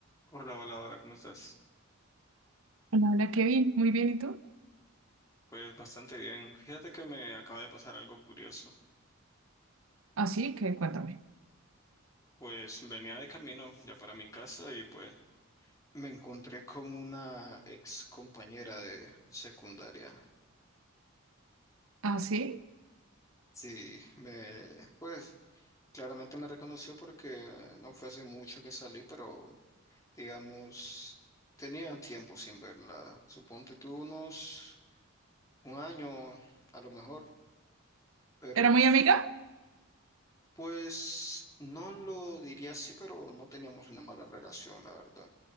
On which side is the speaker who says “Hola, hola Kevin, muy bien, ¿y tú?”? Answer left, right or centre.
Right